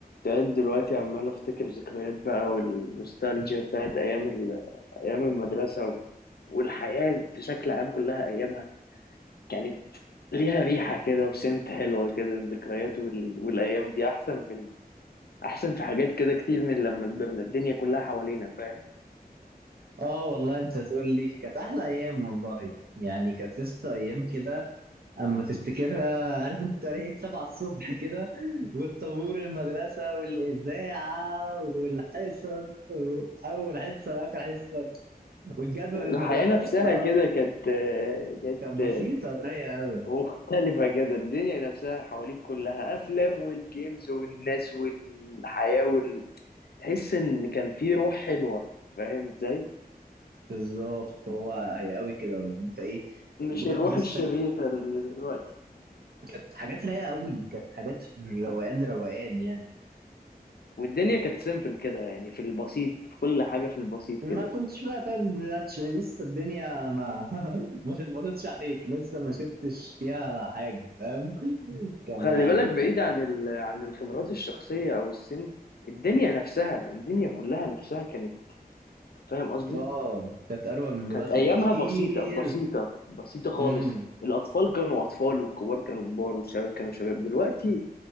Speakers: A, on the left; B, on the right.
A: قاعد دلوقتي عمال افتكر ذكريات بقى والنوستالجيا بتاعت ايام ال... ايام المدرسه و- والحياه بشكل عام كلها ايامها كانت ليها ريحه كده وسنت حلوه كده الذكريات وال... والايام دي احسن من احسن في حاجات كده كتير من لما كبرنا الدنيا كلها حوالينا فاهم
B: اه والله انت تقول لي كانت احلى ايام والله يعني كانت لسه ايام كده اما تفتكرها عارف انت ريحه سبعة الصبح كده والطابور المدرسه والاذاعه والحصص اول حصه واخر حصه والجدول
A: الحياه
B: المدرسه
A: نفسها
B: لسه
A: كده كانت آه، كانت
B: كانت
A: آه،
B: بسيطه ورايقه قوي
A: مختلفه كده الدنيا نفسها حواليك كلها افلام والجيمز والناس والحياه وال... تحس ان كان في روح حلوه فاهم ازاي
B: بالظبط هو هي قوي كده انت ايه
A: مش
B: بجد
A: الروح
B: لسه
A: الشريرة اللي دلوقتي
B: كانت حاجات رايقه قوي كانت حاجات في الروقان روقان يعني
A: والدنيا كانت سيمبل كده يعني في البسيط في كل حاجة في البسيط
B: ما
A: كده
B: كنتش بقى فاهم باللاتش لسه الدنيا ما <laughs> ما شخبطتش عليك لسه ما شفتش فيها حاجة فاهم كان
A: وخلي
B: يعني
A: بالك بعيد عن ال... عن الخبرات الشخصية أو السن الدنيا نفسها الدنيا كلها نفسها كانت فاهم قصدي
B: اه كانت أروع من دلوقتي
A: كانت أيامها
B: بكتير
A: بسيطة بسيطة بسيطة خالص
B: امم
A: الأطفال كانوا أطفال والكبار كانوا كبار والشباب كانوا شباب دلوقتي